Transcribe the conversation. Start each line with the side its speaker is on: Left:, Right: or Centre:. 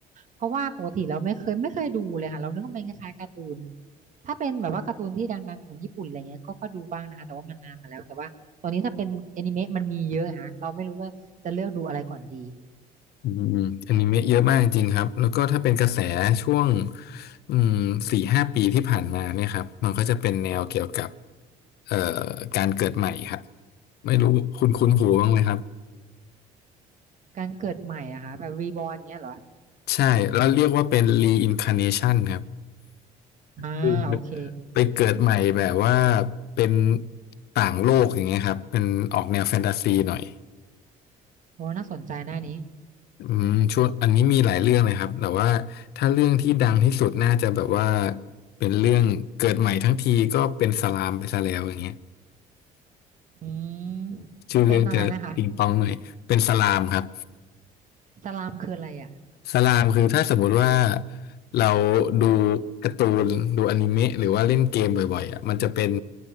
Right: เพราะว่าปกติเราไม่เคยไม่เคยดูเลยค่ะ เรานึกว่ามันคล้ายๆการ์ตูน ถ้าเป็นแบบว่าการ์ตูนที่ดังๆของญี่ปุ่นอะไรเงี้ยก็ก็ดูบ้างนะคะ แต่ว่ามันนานมาแล้ว แต่ว่าตอนนี้ถ้าเป็นแอนิเมะมันมีเยอะฮะเราไม่รู้ว่าจะเลือกดูอะไรก่อนดี
Left: อืมอนิเมะเยอะมากจริงครับแล้วก็ถ้าเป็นกระแสช่วงอืมสี่ห้าปีที่ผ่านมาเนี่ยครับมันก็จะเป็นแนวเกี่ยวกับเอ่อการเกิดใหม่ครับไม่รู้คุณคุ้นหูบ้างไหมครับ
Right: การเกิดใหม่อะค่ะแบบรีบอร์นเงี้ยเหรอ
Left: ใช่แล้วเรียกว่าเป็น reincarnation ครับ
Right: อ่าโอเค
Left: คือไปเกิดใหม่แบบว่าเป็นต่างโลกอย่างเงี้ยครับเป็นออกแนวแฟนตาซีหน่อย
Right: โอ้น่าสนใจหน้านี้
Left: อืมช่วงอันนี้มีหลายเรื่องเลยครับแต่ว่าถ้าเรื่องที่ดังที่สุดน่าจะแบบว่าเป็นเรื่องเกิดใหม่ทั้งทีก็เป็นสลามไปซะแล้วอย่างเงี้ย
Right: อืม
Left: ชื่อเรื่องจะปิงปองหน่อยเป็นสลามครับ
Right: เป็นอะไรนะคะสลามคืออะไรอ่ะ
Left: สลามคือถ้าสมมุติว่าเราดูการ์ตูนดูอนิเมะหรือว่าเล่นเกมบ่อยๆอ่ะมันจะเป็น